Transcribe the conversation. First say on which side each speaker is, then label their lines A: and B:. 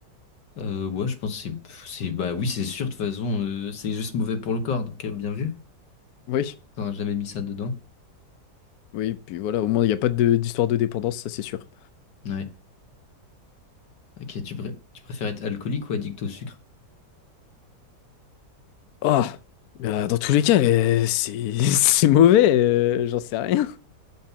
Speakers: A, on the left; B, on the left.
A: Euh, ouais, je pense que c'est, pff, c'est, bah oui, c'est sûr, de toute façon, euh, c'est juste mauvais pour le corps, donc euh, bien vu.
B: Oui,
A: T'aurais jamais mis ça dedans.
B: oui, puis voilà, au moins, il n'y a pas de- d'histoire de dépendance, ça c'est sûr.
A: Ouais. Ok, tu, pré- tu préfères être alcoolique ou addict au sucre?
B: Ah, bah, dans tous les cas, euh, c'est <laughs> c'est mauvais, euh, j'en sais rien.